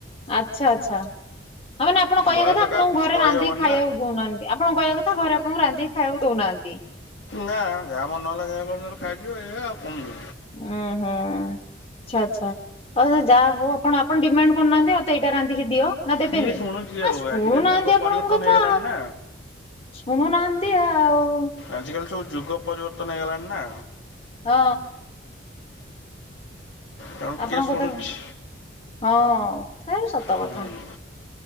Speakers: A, on the left; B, on the left.
A: ଆଚ୍ଛା ଆଚ୍ଛା ଆଉ ମାନେ ଆପଣ କହିବା
B: ଘରେ
A: କଥା
B: ତ
A: ଆପଣଙ୍କୁ
B: କାହାକୁ କିଛି
A: ଘରେ
B: କହିହେବନି
A: ରାନ୍ଧିକି ଖାଇବାକୁ
B: ନା
A: ଦଉନାହାନ୍ତି। ଆପଣ କହିବା କଥା ଘରେ ଆପଣଙ୍କୁ ରାନ୍ଧିକି ଖାଇବାକୁ ଦଉନାହାନ୍ତି।
B: ନା ଯାହା ମନ ହେଲା ସେୟା କରିଦେଲ ଖାଇଦିଅ ଏଇ ଆଉ କମି
A: ଉଁ ହୁଁ ଆଚ୍ଛା ଆଚ୍ଛା ଆଉ ଯାହା ହଉ ଆପଣ ଆପଣ ଡିମାଣ୍ଡ କରୁନାହାନ୍ତି ମତେ ଏଇଟା ରାନ୍ଧିକି ଦିଅ। ନା ଦେବେନି
B: କିଏ ଶୁଣୁଛି ଆଉ
A: ଆ ଶୁଣୁନାହାନ୍ତି
B: ଆଜିକାଲି ଯୁଗ
A: ଆପଣ
B: ପରିବର୍ତ୍ତନ
A: ମୋ କଥା।
B: ହେଇଗଲାଣି ନା
A: ଶୁଣୁନାହାନ୍ତି ଆଉ।
B: ଆଜିକାଲି ସବୁ ଯୁଗ ପରିବର୍ତ୍ତନ ହେଇଗଲାଣି ନା।
A: ହଁ।
B: ତେଣୁ
A: ଆପଣଙ୍କ
B: କିଏ ଶୁଣୁଛି
A: କଥା ହଁ ସେ ସତ
B: ହୁଁ
A: କଥା।